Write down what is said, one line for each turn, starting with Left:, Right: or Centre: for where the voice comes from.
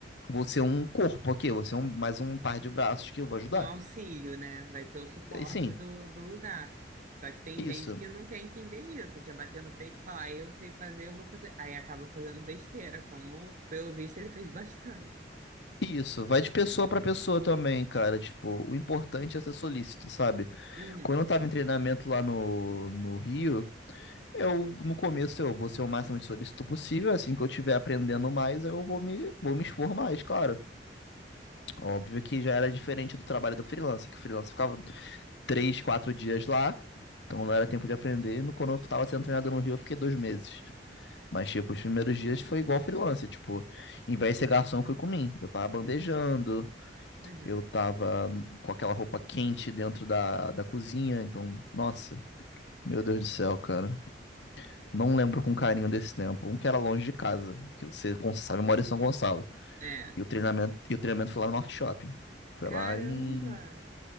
Left: vou ser um corpo aqui, eu vou ser um, mais um par de braços que eu vou ajudar.
Right: um auxílio, né? Vai ser o suporte
Left: E sim,
Right: do, do lugar. Só que tem
Left: isso.
Right: gente que não quer entender isso, quer bater no peito e falar, "Ah, eu sei fazer, eu vou fazer. Aí acaba fazendo besteira, como pelo visto ele fez bastante.
Left: Isso, vai de pessoa para pessoa também, cara. Tipo, o importante é ser solícito, sabe?
Right: Uhum,
Left: Quando eu tava em treinamento lá no, no Rio, Eu, no começo, eu vou ser o máximo de solícito possível. Assim que eu estiver aprendendo mais, eu vou me, vou me expor mais, claro. Óbvio que já era diferente do trabalho do freelancer, que o freelancer ficava três, quatro dias lá, então não era tempo de aprender. no- Quando eu estava sendo treinado no Rio, eu fiquei dois meses. Mas, tipo, os primeiros dias foi igual freelancer. Tipo, em vez de ser garçom, fui comigo. Eu tava bandejando,
Right: uhum.
Left: eu tava com aquela roupa quente dentro da, da cozinha. Então, nossa, meu Deus do céu, cara. Não lembro com carinho desse tempo. Um que era longe de casa, que você, como você sabe, mora em São Gonçalo.
Right: É.
Left: E o treinamento, e o treinamento foi lá no Norte Shopping. Foi
Right: Caramba!
Left: lá em.